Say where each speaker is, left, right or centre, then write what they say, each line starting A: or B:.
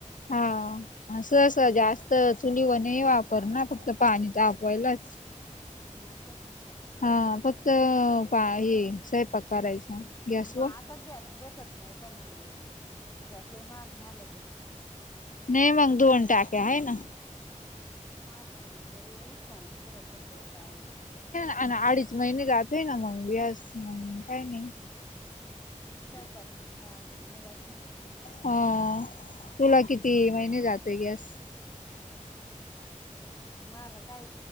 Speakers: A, on the left; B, on the left.
A: हा अस स जास्त चुली वने वापर ना फक्त पाणी तापवायलाच.
B: हम्म, आता.
A: हा फक्त पा हे सयपाक करायचा. गॅसवर
B: मग आता गॅस भेटत नव्हत. मग गॅसही महाग झालं तर
A: नाही मग, दोन टाक्या आहे ना.
B: हा पण मग तरी नाही का, फरक अस हो का?
A: अन्, अडीच महिने जातय ना मग, ग्यास मग काय नाही.
B: स्वयपाक निस्ता अडीच महिने जातयं.
A: हा. तुला किती महिने जातोय गॅस?
B: मला काही